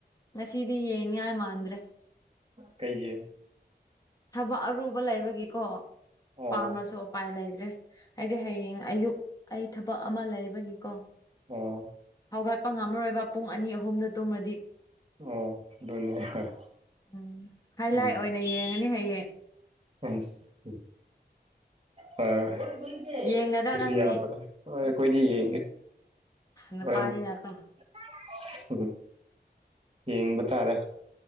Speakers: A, on the left; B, on the right.
A: ꯉꯁꯤꯗꯤ ꯌꯦꯡꯅꯤꯉꯥꯏ ꯃꯥꯟꯗ꯭ꯔꯦ
B: ꯀꯩꯒꯤ
A: ꯊꯕꯛ ꯑꯔꯨꯕ ꯂꯩꯕꯒꯤꯀꯣ
B: ꯑꯣ
A: ꯄꯥꯝꯔꯁꯨ ꯎꯄꯥꯏ ꯂꯩꯇ꯭ꯔꯦ ꯑꯩꯗꯤ ꯍꯌꯦꯡ ꯑꯌꯨꯛ ꯑꯩ ꯊꯕꯛ ꯑꯃ ꯂꯩꯕꯒꯤꯀꯣ
B: ꯑꯣ
A: ꯍꯧꯒꯠꯄ ꯉꯝꯔꯔꯣꯏꯕ ꯄꯨꯡ ꯑꯅꯤ ꯑꯍꯨꯝꯗ ꯇꯨꯝꯃꯗꯤ
B: ꯑꯣ ꯑꯗꯨꯅꯦ ꯍꯣꯏ
A: ꯎꯝ ꯍꯥꯏꯂꯥꯏꯠ
B: ꯎꯝ
A: ꯑꯣꯏꯅ ꯌꯦꯡꯉꯅꯤ ꯍꯌꯦꯡ
B: ꯑꯁ ꯎꯝ ꯍ‌ꯣꯏ <unintelligible>
A: ꯌꯦꯡꯒꯗ꯭ꯔꯥ
B: ꯑꯗꯨꯁꯨ
A: ꯅꯪꯗꯤ
B: ꯌꯥꯕꯅꯦ ꯍꯣꯏ ꯑꯈꯣꯏꯗꯤ ꯌꯦꯡꯉꯦ
A: ꯅꯨꯄꯥꯅꯤꯅꯀꯣ
B: ꯍꯣꯔꯦꯟ <unintelligible> ꯍꯝꯍꯝ ꯌꯦꯡꯕ ꯇꯥꯔꯦ